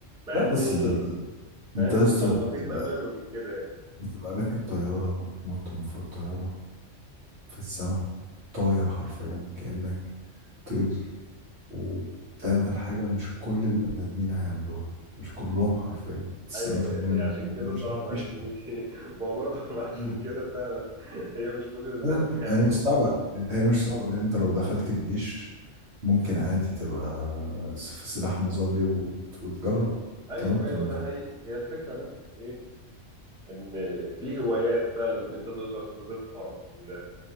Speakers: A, in the centre; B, on the right.
A: مع
B: لا
A: اني
B: بس ده, ده انت
A: مع اني
B: يا
A: كنت
B: اسطى
A: على النقيض
B: بتبقى
A: تماما من كده يعني.
B: بتبقى راكب طيارة وبتنط من فوق الطيارة في السماء طاير حرفيا كأنك طير وتعمل حاجة مش كل البني آدمين هيعملوها مش كلهم حرفيا 90%
A: ايوه هي هي
B: من
A: عشان
B: البني آدمين
A: كده
B: مش
A: صعبه
B: مش
A: يا زميلي <laughs> ما هو برضه <laughs> عشان
B: هيعملوها.
A: كده فعلا هي مش كل البني
B: هي
A: ادمين هيعملوها
B: هي مش صعبة هي مش صعبة يعني انت لو دخلت الجيش ممكن عادي تبقى في سلاح مظلي وت- وتجرب
A: ايوه
B: تنط
A: ايوه
B: من
A: ده
B: تل-
A: حقيقي هي الفكره بس في ايه ان في هوايات فعلا انت تقدر تضيفها ل...